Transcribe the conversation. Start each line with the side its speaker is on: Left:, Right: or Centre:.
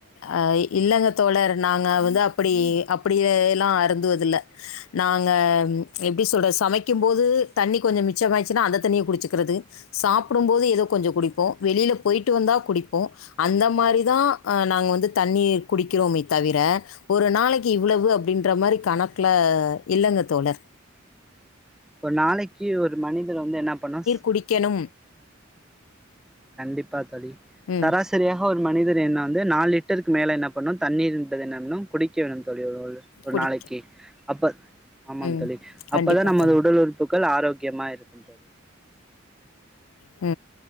Left: ஆ இல்லங்க தோழர் நாங்க வந்து அப்படி அப்பிடியே எல்லாம் அறுந்துவது இல்ல நாங்க எப்டி சொல்ற சமைக்கும் போது தண்ணி கொஞ்சோ மிச்சமாச்சுன்னா அந்த தண்ணியே குடிச்சிக்கிறது சாப்பிடும் போது ஏதோ கொஞ்சோ குடிப்போ வெளில போயிட்டு வந்தா குடிப்போ அந்த மாரி தா நாங்க வந்து தண்ணிய குடிக்கிறோமே தவிர ஒரு நாளைக்கி இவ்ளவு அப்டின்ற மாரி கணக்குல இல்லங்க தோழர்
Centre: ஒரு நாளைக்கி ஒரு மனிதர் வந்து என்ன பண்ணு
Left: குடிக்கணு
Centre: கண்டிப்பா தோழி
Left: ம்.
Centre: சராசரி சராசரியாக ஒரு மனிதர் என்ன வந்து நாலு லிட்டருக்கு மேல என்ன பண்ணனு தண்ணீர் என்பது என்ன குடிக்க வேணு தோழி ஒரு
Left: குடிக்க
Centre: நாளைக்கி அப்ப ஆமாங்க
Left: ம்.
Centre: தோழி
Left: கண்டிப்பா
Centre: அப்பதா நமது
Left: தோழர்.
Centre: உடல் உறுப்புகள் ஆரோக்கியமா இருக்கு தோழி
Left: உ